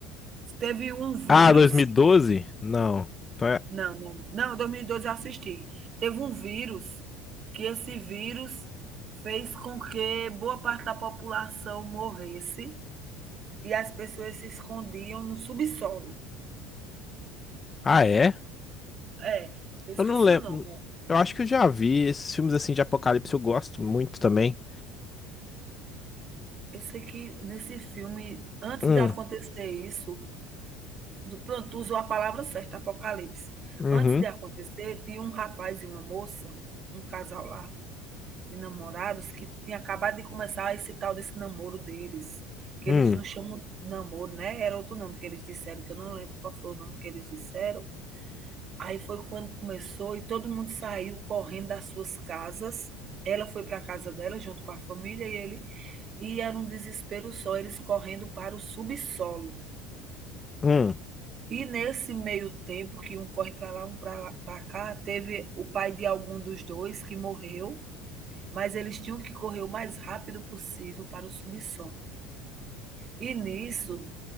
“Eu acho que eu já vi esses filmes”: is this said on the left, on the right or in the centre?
Left